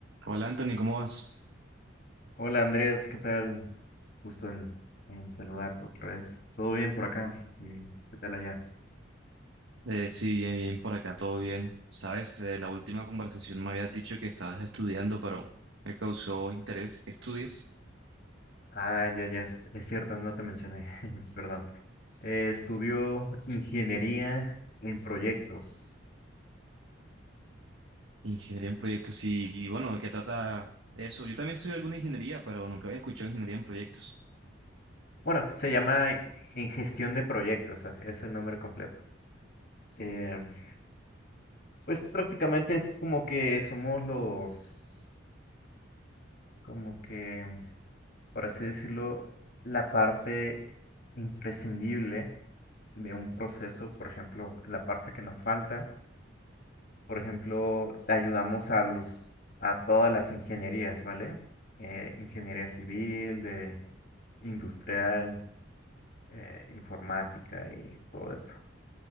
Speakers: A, on the right (about 75°); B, on the left (about 55°).
A: Hola Anthony, ¿cómo vas?
B: Hola Andrés, ¿qué tal? Gusto en, en saludarte otra vez. ¿Todo bien por acá? ¿Y qué tal allá?
A: Eh, sí, bien, bien, por acá todo bien. Sabes, eh, la última conversación me habías dicho que estabas estudiando, pero me causó interés que estudies
B: Ah, ya, ya, es, es cierto, no te mencioné, <laughs> perdón. Eh, estudió ingeniería en proyectos.
A: ingeniería en proyectos y, y bueno, ¿de qué trata eso? Yo también estudio alguna ingeniería, pero nunca había escuchado ingeniería en proyectos.
B: Bueno, se llama en gestión de proyectos, ah, es el nombre completo. Em, pues prácticamente es como que somos los, como que, por así decirlo, la parte imprescindible de un proceso, por ejemplo, la parte que nos falta. Por ejemplo, ayudamos a los, a todas las ingenierías, ¿vale? Eh, ingeniería civil, de industrial, eh, informática y todo eso.